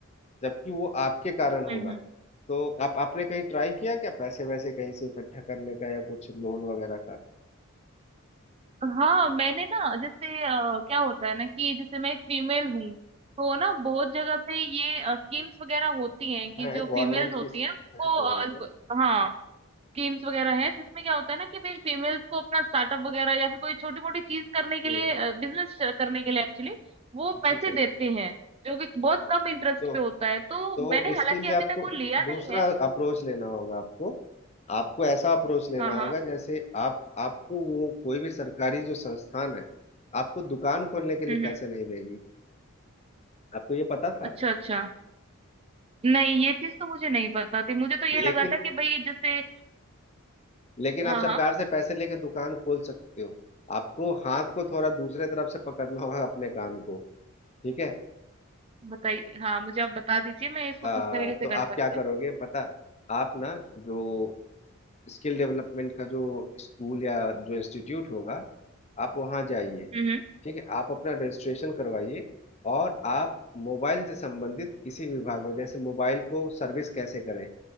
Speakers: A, on the left; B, on the right.
A: जबकि वो आपके कारण होगा
B: हम्म हम्म
A: तो आप आपने कहीं ट्राई किया क्या पैसे वैसे कहीं से इकट्ठा करने का या कुछ लोन वगैरह का
B: हाँ मैंने ना जैसे अ, क्या होता है ना कि जैसे मैं एक फीमेल हूँ तो ना बहुत जगह पे ये स्कीम्स वगैरह होती हैं कि
A: है
B: जो
A: गवर्नमेंट
B: फीमेल्स होती
A: की स्कीम
B: हैं
A: है फेवल
B: उनको
A: का
B: अ, हाँ स्कीम्स वगैरह हैं जिसमें क्या होता है ना कि भाई फीमेल्स को अपना स्टार्टअप वगैरह या फिर कोई छोटी मोटी चीज करने के
A: जी
B: लिए बिजनेस करने के लिए एक्चुअली वो
A: बिल्कुल
B: पैसे
A: सही
B: देते हैं जो कि बहुत
A: जी
B: कम इंटरेस्ट
A: तो
B: पे होता है तो
A: तो
B: मैंने
A: इसके
B: हालांकि
A: लिए
B: अभी
A: आपको
B: तक वो लिया
A: दूसरा
B: नहीं है
A: अप्रोच लेना होगा आपको आपको ऐसा अप्रोच लेना
B: हाँ हाँ
A: होगा जैसे आप आपको वो कोई भी सरकारी जो संस्थान है आपको दुकान खोलने के लिए
B: हम्म
A: पैसे
B: हम्म
A: नहीं देगी आपको ये पता था
B: अच्छा अच्छा नहीं ये चीज तो मुझे नहीं पता थी मुझे तो ये
A: लेकिन
B: लगा था कि भाई जैसे
A: लेकिन
B: हाँ
A: आप सरकार
B: हाँ
A: से पैसे लेके दुकान खोल सकते हो आपको हाथ को थोड़ा दूसरे तरफ से पकड़ना होगा अपने कान को ठीक है
B: बताइए हाँ मुझे आप बता दीजिए मैं इसको
A: आ,
B: किस तरीके से
A: तो
B: कर
A: आप
B: सकती
A: क्या
B: हूँ
A: करोगे पता आप ना जो स्किल डेवलपमेंट का जो स्कूल या जो इंस्टीट्यूट होगा आप वहाँ जाइए
B: हम्म
A: ठीक है आप अपना रजिस्ट्रेशन करवाइए और आप मोबाइल से संबंधित किसी विभाग में जैसे मोबाइल को सर्विस कैसे करें